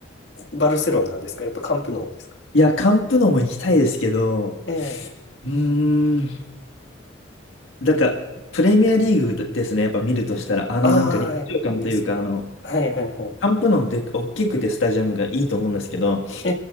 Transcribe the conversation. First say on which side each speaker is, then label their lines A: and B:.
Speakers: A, on the left (about 70°); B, on the left (about 85°).
A: バルセロナですか。やっぱカンプノーですか。
B: いや、カンプノも行きたいですけど、
A: ええ
B: うーん。なんか、プレミアリーグですね、やっぱ見るとしたら、あの、
A: ああー、
B: なんか立場感というか、
A: ですね。
B: あの、
A: はいはいは
B: カンプノもで、大きくてスタジアムがいいと思うんですけど、
A: い。